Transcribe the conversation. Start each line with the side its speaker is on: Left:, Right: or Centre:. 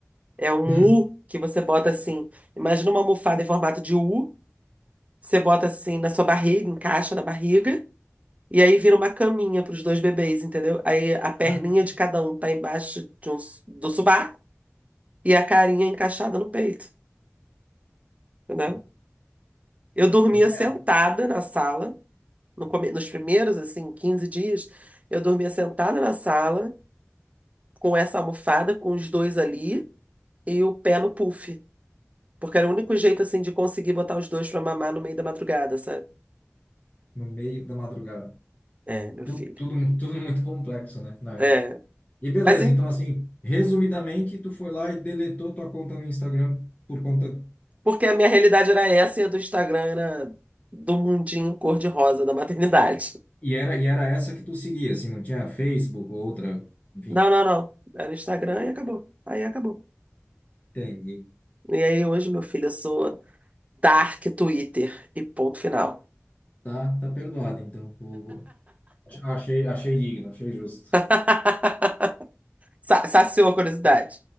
Right: É um
Left: Hum.
Right: U que você bota assim, imagina uma almofada em formato de U Você bota assim na sua barriga, encaixa na barriga, e aí vira uma caminha para os dois bebês, entendeu? Aí a perninha
Left: Ah,
Right: de cada um tá embaixo de um s- do sovaco e a carinha encaixada no peito, entendeu? Eu dormia
Left: É,
Right: sentada na sala, no come- nos primeiros, assim, 15 dias, eu dormia sentada na sala, com essa almofada, com os dois ali, e o pé no puff. Porque era o único jeito, assim, de conseguir botar os dois pra mamar no meio da madrugada, sabe?
Left: No meio da madrugada.
Right: É, meu
Left: Tu-
Right: filho.
Left: Tudo, tudo muito complexo, né? Na real.
Right: É.
Left: E beleza,
Right: Mas
Left: então assim, resumidamente, tu foi lá e deletou tua conta no Instagram por conta.
Right: Porque a minha realidade era essa e a do Instagram era do mundinho cor-de-rosa da maternidade.
Left: E era, e era essa que tu seguia, assim, não tinha Facebook ou outra. Enfim,
Right: Não, não, não. Era Instagram e acabou. Aí acabou.
Left: entendi.
Right: E aí hoje, meu filho, eu sou Dark Twitter e ponto final.
Left: Tá, tá perdoado, então. Vou, vou- Achei, achei digno, achei justo.
Right: <laughs> Sa- Saciou a curiosidade.